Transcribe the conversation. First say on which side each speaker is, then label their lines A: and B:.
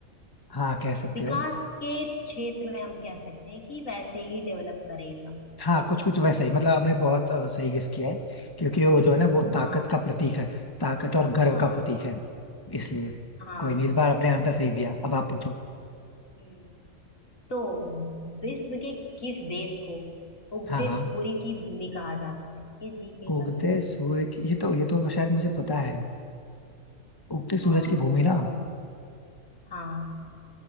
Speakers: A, on the left (about 15°); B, on the left (about 70°).
A: हाँ कह सकते
B: विकास
A: हो
B: के क्षेत्र में हम कह सकते हैं कि वैसे ही डेवलप करेगा
A: हाँ कुछ कुछ वैसा ही मतलब आपने बहुत अ, सही गेस किया है क्योंकि वो जो है ना वो ताकत
B: हाँ
A: का प्रतीक है ताकत और गर्व
B: हाँ
A: का प्रतीक
B: हाँ
A: है इसलिए
B: हाँ
A: कोई नहीं इस बार आपने आंसर सही दिया अब आप पूछो
B: हम्म तो विश्व के किस देश को उगते
A: हाँ हाँ
B: सूर्य की भूमि कहा जाता है ये जीके
A: उगते
B: का है
A: सूर्य की ये तो ये तो शायद मुझे पता है उगते
B: हाँ
A: सूरज की
B: तो
A: भूमि ना
B: बताओ हाँ